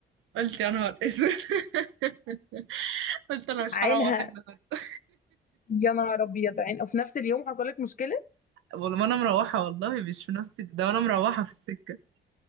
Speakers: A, on the right; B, on the left.
A: قلت يا نهار اسود <laughs> قلت انا مش
B: عينها
A: هروح النهارده
B: يا نهار ابيض عين وفي نفس اليوم حصلت مشكله
A: والله ما انا مروحه والله مش في نفسي ده وانا مروحه في السكه